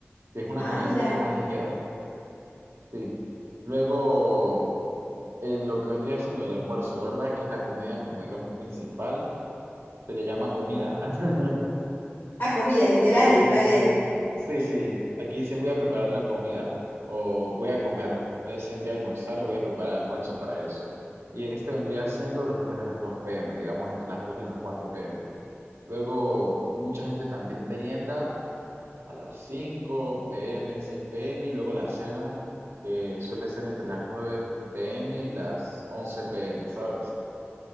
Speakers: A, on the right (about 80°); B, on the left (about 70°).
A: que es una
B: Ah,
A: comida
B: mirá.
A: un poco más ligera, sí. Luego, eh, lo que vendría siendo el almuerzo, ¿verdad? Que es la comida, como digamos, principal, se le llama comida. <laughs>
B: Ah, comida, literal,
A: Aquí
B: <laughs> está
A: dicen,
B: bien.
A: sí, sí, aquí dicen voy a preparar la comida o voy a comer. No dicen voy a almorzar o voy a preparar almuerzo para eso. Y este vendría siendo después de las 2 p.m., digamos, entre las 2 y las 4 p.m. Luego, mucha gente también merienda a las 5 pm, 6 pm y luego la cena, que suele ser entre las 9 pm y las 11 pm, ¿sabes?